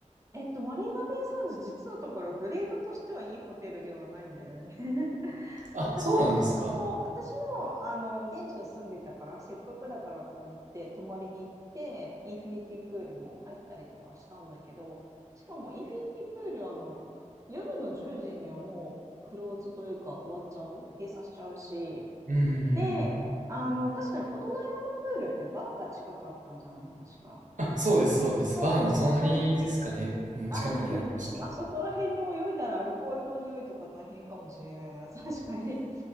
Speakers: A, on the right (about 25°); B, on the right (about 80°).
A: えっと、マリーナベイ・サンズ、実のところ、グレードとしてはいいホテルではないんだよね。<laughs>
B: あ、
A: 私は、
B: そうなんですか
A: そう、私も、あの、現地に住んでたから、せっかくだからと思って、泊まりに行って、インフィニティプールも入ったりとかしたんだけど、しかも、インフィニティプール、あの、夜の10時にはもう、クローズというか、終わっちゃう閉鎖しちゃうし、
B: うー
A: で、
B: ん。
A: あの、確かに大人用のプールってバーが近かったんじゃない確か。
B: あ、そうです、そうです。
A: そうそうそうそう。
B: バーの隣ですかね。うん、
A: あ、
B: 近くにありました。
A: <laughs> あそこら辺に泳いだらアルコールの匂いとか大変かもしれないな、<laughs> 確かに。